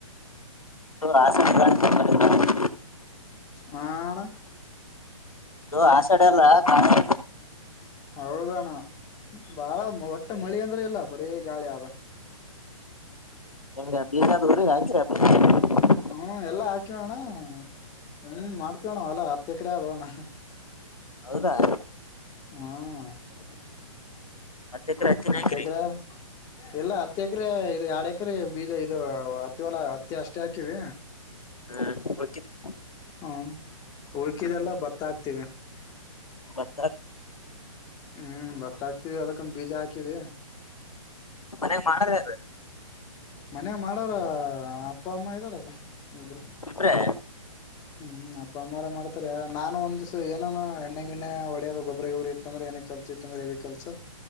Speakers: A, on the left; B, on the left.
A: ಆಸ <unintelligible>
B: ಹಾಣ
A: ಇದು ಆಷಾಡ ಅಲ್ಲ <unintelligible>
B: ಹೌದಣ್ಣ ಬಾಳ ಒಟ್ಟೆ ಮಳಿ ಅಂದ್ರೆ ಇಲ್ಲ ಬರೀ ಗಾಳಿ ಅವ
A: ಅ ನಸ <unintelligible>
B: ಹ್ಮ ಎಲ್ಲಾ ಹಾಕಿವೋಣ್ಣ ಹ್ಮ ಮಾಡ್ತವಣ್ಣ ಹೊಲ್ಲ ಹತ್ತೆಕರೆ ಆದವಣ್ಣ
A: ಹೌದಾ
B: ಹ್ಮ್
A: ಹತ್ತ ಎಕರೆ ಹತ್ತಿನ
B: ಹತ್ತು
A: ಹಾಕಿರಿ
B: ಎಕರೆ ಎಲ್ಲಾ ಹತ್ತ ಎಕರೆ ಇದು ಯಏಳ ಎಕರೆ ಬೀಜ ಇದು ಹತ್ತಿವಲ್ಲ ಹತ್ತಿ ಅಷ್ಟೇ ಹಾಕಿವಿ
A: ಹ್ಮ ಉಳ್ಕಿದ್ದು
B: ಹ್ಮ ಹಯ್ಕಿದೆಲ್ಲ
A: ಉಳ್ಕಿದ್ದು
B: ಬತ್ತಾಗಕ್ತೇವಿ
A: ಭತ್ತ
B: ಹ್ಮ್ ಭತ್ತ ಹಾಕ್ತಿವಿ ಅದಕ್ಕೊಂದು ಬೀಜ ಹಾಕಿವಿ
A: ಮನ್ಯಾಗ ಮಾಡದ್ರ
B: ಮನ ಮಾಡೋರ ಅಪ್ಪ ಅಮ್ಮ ಇದಾರಲ್ಲ ಇಬ್ರು
A: ಇಬ್ರೆ
B: ಹ್ಮ್ ಅಪ್ಪ ಅಮ್ಮರ ಮಾಡತಾರೆ ನಾನು ಒಂದ್ ಏನ ಎಣ್ಣೆ ಗಿನ್ನೇ ಹೊಡೆಯೋದ ಗೊಬ್ಬರಿ ಗೊಬ್ಬರಿ ಇತ್ತಂದ್ರೆ ಏನ ಕೆಲ್ ತಂದ್ರೆ ಇವ ಕೆಲ್ಸ